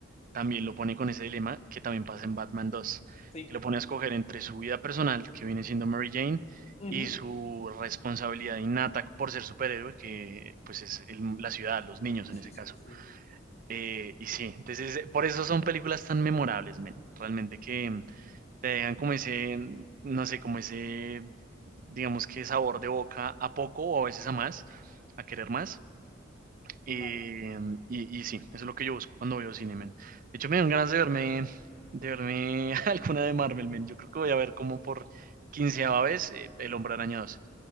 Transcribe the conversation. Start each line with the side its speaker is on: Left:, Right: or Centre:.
Right: también lo pone con ese dilema que también pasa en Batman 2,
Left: Sí.
Right: que lo pone a escoger entre su vida personal, que viene siendo Mary Jane,
Left: Ujú.
Right: y su responsabilidad innata por ser superhéroe, que pues es el- la ciudad, los niños
Left: Sí,
Right: en
Left: sí,
Right: ese
Left: sí,
Right: caso.
Left: sí.
Right: Eh, y sí, entonces eh, por eso son películas tan memorables, men. Realmente que mm, te dejan como ese, mm, no sé, como ese, digamos que sabor de boca a poco o a veces a más, a querer más. Eh,
Left: Claro.
Right: y, y sí, eso es lo que yo busco cuando veo cine, men. De hecho, me dan ganas de verme, de verme <laughs> alguna de Marvel, men. Yo creo que voy a ver como por quinceava vez eh, El Hombre Araña 2.